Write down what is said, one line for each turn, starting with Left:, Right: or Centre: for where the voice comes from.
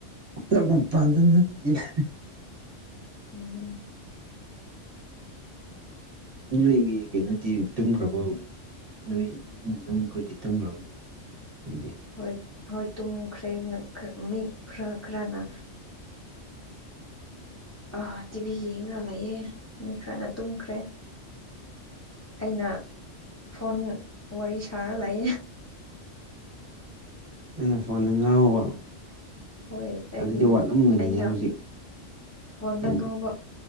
Right: <unintelligible> ꯃꯄꯥꯟꯗꯥ ꯅꯠꯇꯦꯗꯥ
Left: ꯎꯝ
Right: ꯅꯣꯏꯒꯤ ꯀꯩꯅꯣꯗꯤ ꯇꯨꯝꯈ꯭ꯔꯥꯕꯣ ꯅꯣꯏ ꯏꯃꯨꯡ ꯃꯅꯨꯡ ꯅꯨꯡꯈꯣꯏꯗꯤ ꯇꯨꯝꯈ꯭ꯔꯥꯕꯣ ꯅꯣꯢꯗꯤ
Left: ꯍꯣꯏ ꯍꯣꯏ ꯇꯨꯝꯈ꯭ꯔꯦ ꯅ ꯈꯔ ꯃꯤ ꯈꯔ ꯈꯔꯅ
Right: <inaudible>
Left: ꯑ ꯇꯤꯚꯤ ꯌꯦꯡꯉꯥ ꯂꯩꯌꯦ ꯃꯤ ꯈ꯭ꯔꯥꯅ ꯇꯨꯝꯈ꯭ꯔꯦ ꯑꯩꯅ ꯐꯣꯟ ꯋꯥꯔꯤ ꯁꯔꯥ ꯂꯩ
Right: ꯅꯪꯅ ꯐꯣꯟꯗ ꯉꯥꯎꯕ
Left: ꯍꯣꯏ ꯑꯩꯒꯤ
Right: ꯑꯗꯨꯗꯤ ꯋꯥꯠꯂꯝꯒꯅꯤꯅꯦ
Left: ꯑꯩꯅ
Right: ꯍꯧꯖꯤꯛ
Left: ꯐꯣꯟꯗ
Right: ꯎꯝ
Left: ꯉꯥꯎꯕ